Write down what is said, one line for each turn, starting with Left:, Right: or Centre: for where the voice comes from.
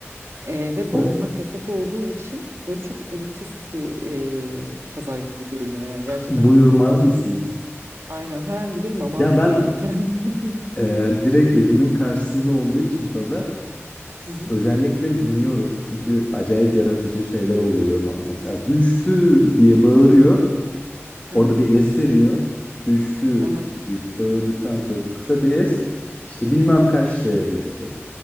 Right: Eee, ve
Left: O
Right: bağırmak yasak olduğu için böyle çok elitist bir eee, pazar gibi görünüyor yani gerçekten.
Left: <laughs> Buyurmaz mısınız?
Right: Aynen herhangi bir mamav
Left: Ya
Right: gibi
Left: ben
Right: yani kendisi. <laughs>
Left: e, direkt evimin karşısında olduğu için pazar s-
Right: Hı hı.
Left: özellikle dinliyorum. Çünkü acayip yaratıcı şeyler oluyor. Ma- Mesela düştü diye bağırıyor.
Right: Aha,
Left: Orada bir es veriyor. Düştü
Right: aha.
Left: diye bağırdıktan sonra bir- kısa bir es. İşte bilmem kaç liraya düştü.